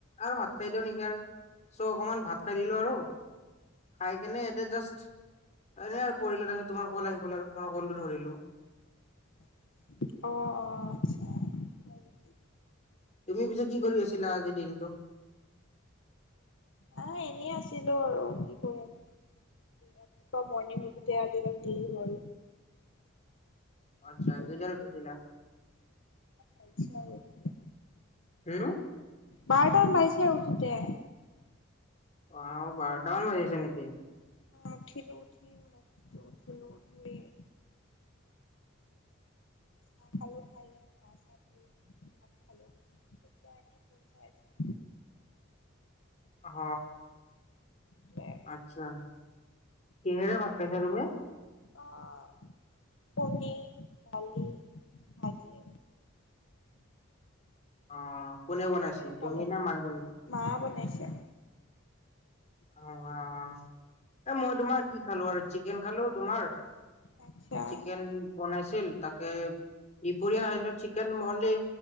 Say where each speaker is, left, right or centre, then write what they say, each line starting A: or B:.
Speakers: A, on the left (about 35°); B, on the left (about 65°).
A: আৰু ভাত খাই দিওঁ নেকি আৰু চ' অকমান ভাত খাই দিলোঁ, আৰু খাই কেনে এতিয়া জাষ্ট এনে আৰু পৰিলোঁ, তাৰপিছত তোমাৰ ক'ল আহি গ'ল আৰু তোমাৰ ক'লটো ধৰিলোঁ।
B: অ', অ', আচছা।
A: তুমি পিছে কি কৰি আছিলা আজিৰ দিনটো?
B: আ, এনেই আছিলোঁ আৰু কি কৰিম, ৰাতিপুৱা মৰ্ণিং উঠোঁতে আজি অলপ দেৰি হ'ল।
A: আচ্ছা,
B: ত
A: কেইটাত উঠিছিলা?
B: বাজিছে আৰু উঠোঁতে।
A: হম।
B: বাৰটা বাজিছে আৰু উঠোঁতে।
A: অ', বাৰটা মান বাজিছে নি <unintelligible>
B: উঠিলোঁ, উঠি মুখ ধুলো, ধুই <unintelligible> চাহ খালোঁ খাই লৈ গা চা ধুই, ভাত খালোঁ, তেতিয়া এনেই ফোন চাই আছিলোঁ
A: অহ,
B: সেইটোৱে
A: আচ্ছা কিহেৰে ভাত খাইছা তুমি?
B: অ' কনি, দালি, ভাজি
A: অ' কোনে
B: আপুনি
A: বনাইছিল
B: কিহেৰে
A: তুমি
B: খালে?
A: না মায়ে বনাই
B: মা বনাইছে
A: অ' অ' এই মই তোমাৰ কি খালো আৰু চিকেন খালো তোমাৰ
B: আচ্ছা
A: চিকেন বনাইছে তাকে দুপৰীয়া আৰু চিকেন মানে